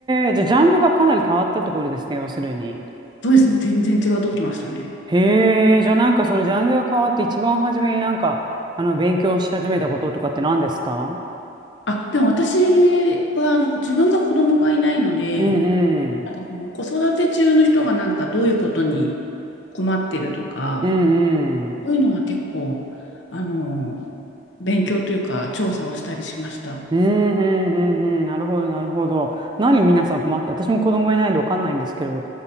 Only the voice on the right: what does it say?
え、じゃあジャンルがかなり変わったってことですね、要するに。
へえ、じゃあなんかそのジャンルが変わって一番初めになんか、あの、勉強し始めたこととかって何ですか
うんうん。
うんうん。
うんうんうんうん。なるほど、なるほど。何皆さん困って、私も子供がいないんでわかんないんですけど、